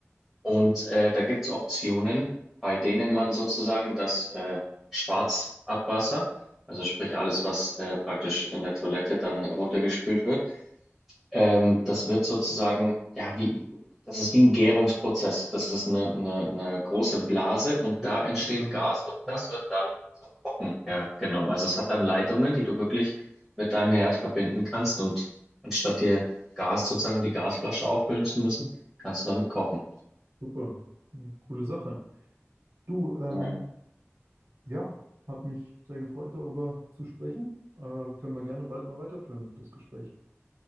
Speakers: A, in the centre; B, on the right (about 65°).
A: Und äh, da gibt es Optionen, bei denen man sozusagen das äh, Schwarzabwasser, also sprich alles, was äh, praktisch in der Toilette dann runtergespült wird, ähm, das wird sozusagen, ja, wie, das ist wie ein Gärungsprozess. Das ist eine, eine, eine große Blase und
B: Letztlich
A: da entsteht
B: dann.
A: Gas und
B: Ne?
A: das wird dann zum Kochen hergenommen. Also es hat dann Leitungen, die du wirklich mit deinem Herd verbinden kannst und anstatt dir Gas sozusagen die Gasflasche auffüllen zu müssen, kannst du damit kochen.
B: Super. Ja, Coole Sache. Du, ähm,
A: Ja.
B: Ja, hat mich sehr gefreut, darüber zu sprechen. Äh, können wir gerne bald mal weiterführen, das Gespräch.